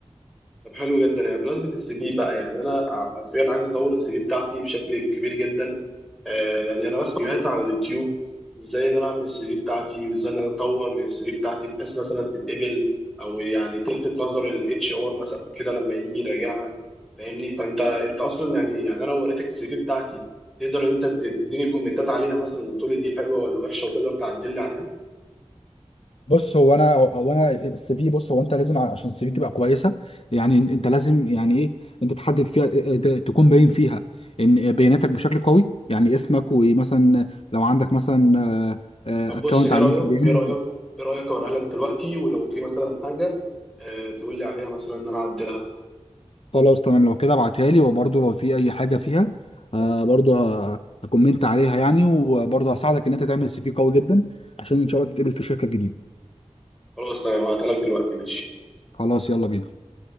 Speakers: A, in the centre; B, on the left.
A: طب حلو جدا يعني بمناسبة السي في بقى يعني أنا حرفيا عايز أطور السي في بتاعتي بشكل كبير جدا آه يعني أنا بس فيديوهات على اليوتيوب إزاي إن أنا أعمل السي في بتاعتي وإزاي إن أنا أطور من السي في بتاعتي بحيث مثلا تتقبل أو يعني تلفت نظر الاتش ار مثلا كده لما يجي يراجعها فاهمني فأنت أنت أصلا يعني يعني أنا لو وريتك السي في بتاعتي تقدر إن أنت تديني كومنتات عليها مثلا وتقولي دي حلوة ولا وحشة وتقدر تعدل لي عليها
B: بص هو انا هو انا السي في بص هو انت لازم عشان السي في تبقى كويسه يعني انت أنت لازم يعني ايه انت تحدد فيها آه، آه، ت- تكون باين فيها ان آه، بياناتك بشكل قوي يعني اسمك ومثلا لو عندك مثلا اكونت
A: طب بص ايه
B: على
A: رأيك
B: لينكد ان
A: ايه رأيك ايه رأيك اوريها لك دلوقتي ولو في مثلا حاجة آه، تقول لي عليها مثلا ان انا اعدلها
B: خلاص تمام لو كده ابعتها لي وبرده لو في اي حاجه فيها برده هكومنت عليها يعني وبرده هساعدك ان انت تعمل سي في قوي جدا عشان ان شاء الله تتقبل في شركه جديده
A: خلاص تمام هبعتها لك دلوقتي ماشي
B: خلاص يلا بينا